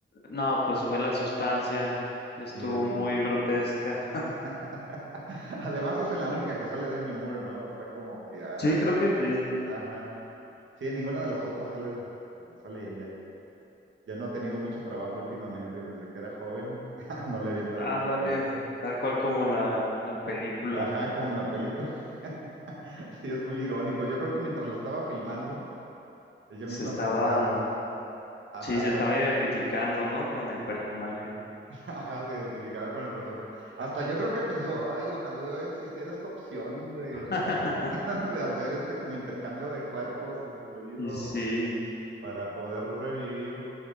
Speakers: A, on the left; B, on the right.
A: no, pues fue la sustancia. Estuvo
B: Sí, definitivamente.
A: muy grotesca.
B: <laughs> Además es en la única que sale Demi Moore, ¿no? Está como que, ah,
A: Sí, creo
B: es-
A: que sí.
B: ajá. Sí, en ninguna de las otras sale, de- sale ella. ya no ha tenido mucho trabajo últimamente, desde que era joven, <laughs> no le habían dado
A: Ándale,
B: un papel.
A: tal cual como la la película.
B: Ajá, como en la película. <laughs> Sí, es muy irónico. Yo creo que mientras la estaba filmando, ella
A: Se
B: misma
A: estaba,
B: pensaba, ajá,
A: sí, se estaba identificando, ¿no? Con el personaje.
B: <laughs> ajá, se identificaba con el personaje. Hasta yo creo que pensó, ay, ojalá no existiera esta opción de,
A: <laughs>
B: <laughs> de hacer este como intercambio de cuerpos y de fluidos
A: Y sí,
B: para poder revivir